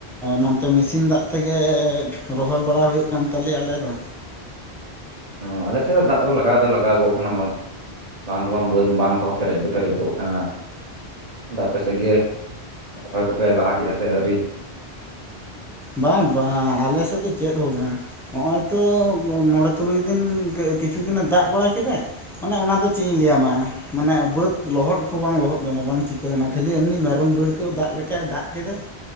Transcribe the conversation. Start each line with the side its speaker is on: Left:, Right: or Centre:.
Centre: ᱱᱚᱱᱛᱮ ᱢᱮᱥᱤᱱ ᱫᱟᱜ ᱛᱮᱜᱮ ᱨᱚᱦᱚᱭ ᱵᱟᱲᱟ ᱦᱩᱭᱩᱜ ᱠᱟᱱ ᱛᱟᱞᱮᱭᱟ ᱟᱞᱮ ᱫᱚ᱾
Right: ᱚ ᱟᱞᱮᱥᱮᱫ ᱫᱚ ᱫᱟᱜ ᱫᱚ ᱞᱟᱜᱟᱣ ᱫᱚ ᱞᱟᱜᱟᱣ ᱜᱚᱜ ᱠᱟᱱᱟ ᱵᱟᱝ ᱵᱟᱝ ᱫᱳᱣᱟᱢ ᱵᱳᱱ ᱵᱟᱱ ᱠᱚᱦᱚᱸ ᱯᱮᱨᱮᱡ ᱫᱚ ᱯᱮᱨᱮᱡ ᱠᱚᱜ ᱠᱟᱱᱟ ᱫᱟ ᱟᱯᱮ ᱥᱮᱜ ᱜᱮ ᱾ ᱨᱚᱦᱚᱭ ᱠᱚᱯᱮ ᱞᱟᱦᱟ ᱠᱮᱜᱼᱟ ᱥᱮ ᱟᱹᱣᱨᱤ?
Centre: ᱵᱟᱝ ᱵᱟᱝ ᱟᱞᱮ ᱥᱮᱫ ᱫᱚ ᱪᱮᱫ ᱦᱚᱸ ᱵᱟᱝ ᱾ ᱦᱚᱸᱜᱚᱭ ᱛᱚ ᱢᱚᱬᱮ ᱛᱩᱨᱩᱭ ᱫᱤᱱ ᱠᱟᱜ ᱠᱤᱪᱷᱩ ᱫᱤᱱᱮ ᱫᱟᱜ ᱵᱟᱲᱟ ᱠᱮᱫᱟ ᱚᱱᱮ ᱚᱱᱟᱫᱚ ᱪᱮᱜ ᱤᱧ ᱞᱮᱭ ᱭᱟᱢᱟ - ᱢᱟᱱᱮ ᱵᱟᱹᱫ ᱞᱚᱦᱚᱫ ᱦᱚᱸ ᱵᱟᱝ ᱞᱚᱦᱚᱫ ᱞᱮᱱᱟ ᱵᱟᱝ ᱪᱤᱠᱟᱹ ᱞᱮᱱᱟ ᱠᱷᱟᱹᱞᱤ ᱮᱢᱱᱤ ᱢᱮᱨᱚᱢ ᱵᱟᱲᱠᱟᱹ ᱫᱟᱜ ᱞᱮᱠᱟᱭ ᱫᱟᱜ ᱠᱮᱫᱟ ᱾